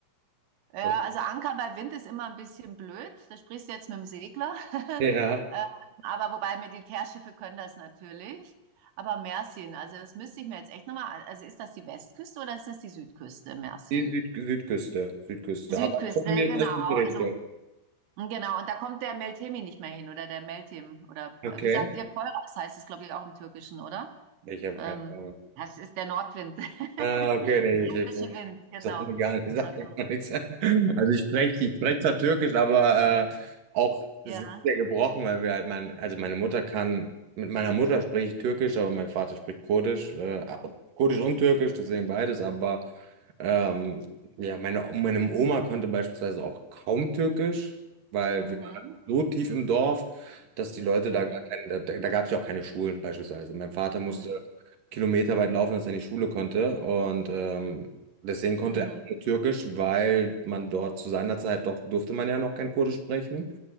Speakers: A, on the right; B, on the right.
A: Ja,
B: Oder?
A: also Anker bei Wind ist immer ein bisschen blöd. Da sprichst du jetzt mit dem Segler. <laughs>
B: Ja,
A: Ähm, aber wobei Militärschiffe können das natürlich. Aber Mersin, also das müsste ich mir jetzt echt nochmal, also ist das die Westküste oder ist das die Südküste, Mersin?
B: die Süd Südküste, Südküste.
A: Südküste,
B: Aber in die
A: genau.
B: östliche Richtung.
A: Also Genau, und da kommt der Meltemi nicht mehr hin oder der Meltem oder
B: Okay.
A: wie sagt ihr, Poyraz heißt es, glaube ich, auch im Türkischen, oder?
B: Ich habe
A: Ähm,
B: keine Ahnung.
A: das ist der Nordwind. <laughs>
B: Ah, okay, nee, ich, ich,
A: Frische Wind, genau.
B: sag mir gar nicht, sag
A: Genau, genau.
B: mir gar nichts. Also ich spreche, ich spreche zwar Türkisch, aber äh, auch sehr,
A: Ja,
B: sehr gebrochen, weil wir halt mein, also meine Mutter kann, mit meiner Mutter spreche ich Türkisch, aber mein Vater spricht Kurdisch, äh,
A: ja.
B: Kurdisch und Türkisch, deswegen beides, aber ähm, ja, meine, meine Oma konnte beispielsweise auch kaum Türkisch, weil
A: Mhm.
B: wir waren halt so tief im Dorf, dass die Leute
A: Mhm.
B: da gar keine, da, da gab es ja auch keine Schulen beispielsweise. Mein Vater musste
A: Mhm.
B: Kilometer weit laufen, dass er in die Schule konnte. Und ähm, deswegen konnte
A: Mhm.
B: er auch nur Türkisch, weil man dort zu seiner Zeit doch durfte man ja noch kein Kurdisch sprechen